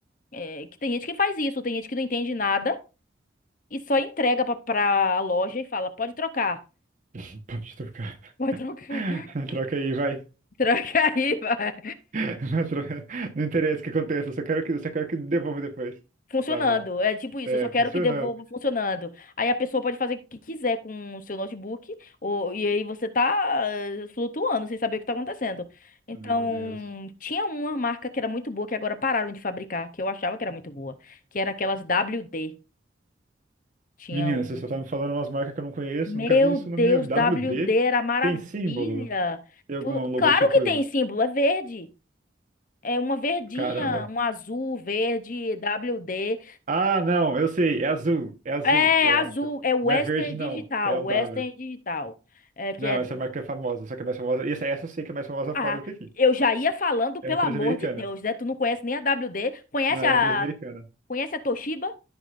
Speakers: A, on the left; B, on the right.
A: É, que tem gente que faz isso, tem gente que não entende nada e só entrega pra, pra loja e fala, pode trocar.
B: <laughs> Pode trocar.
A: Pode trocar.
B: <laughs>
A: <laughs>
B: Troca aí, vai.
A: Troca aí, vai.
B: <laughs> Não tro- não interessa o que aconteça, eu só quero que, eu só quero que devolva depois.
A: funcionando.
B: Tá bom.
A: É tipo isso,
B: É,
A: eu só quero
B: funcionando.
A: que devolva funcionando. Aí a pessoa pode fazer o que quiser com o seu notebook, ou, e aí você tá eh, flutuando sem saber o que tá acontecendo. Então,
B: Meu Deus.
A: tinha uma marca que era muito boa, que agora pararam de fabricar, que eu achava que era muito boa, que era aquelas WD. Tinha
B: Menina,
A: uma.
B: você só tá me falando umas marcas que eu não conheço,
A: Meu
B: nunca vi isso
A: Deus,
B: na minha vida.
A: WD
B: W D.
A: era maravilha.
B: tem símbolo? Tem algum
A: Pô,
B: logotipo?
A: Claro que tem símbolo, é verde. É uma verdinha,
B: Caramba.
A: um azul, verde, WD.
B: Ah, não, eu sei, é azul, é azul,
A: É
B: eu
A: azul,
B: acho.
A: é Western
B: Não é verde, não,
A: Digital,
B: é um
A: Western
B: W.
A: Digital. É que
B: Não,
A: é. de-
B: essa marca é famosa, só que é mais famosa. Essa, essa eu sei que é mais famosa
A: Ah,
B: fora do que aqui.
A: eu já ia falando, pelo
B: É uma empresa
A: amor
B: americana.
A: de Deus, né? Tu não conhece nem a WD, conhece
B: Não, é
A: a,
B: uma empresa americana.
A: conhece a Toshiba?